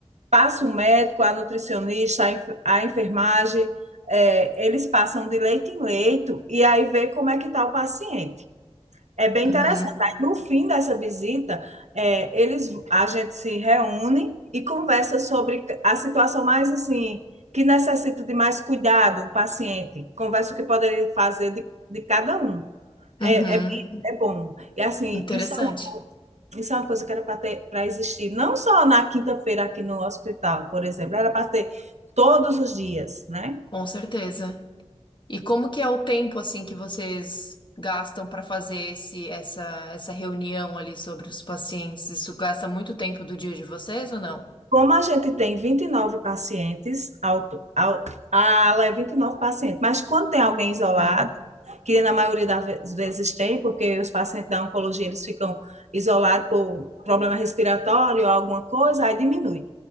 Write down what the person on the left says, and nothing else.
Uhum.
Uhum.
Interessante,
com certeza. E como que é o tempo assim que vocês gastam para fazer esse, essa, essa reunião ali sobre os pacientes? Isso gasta muito tempo do dia de vocês ou não?
Uhum.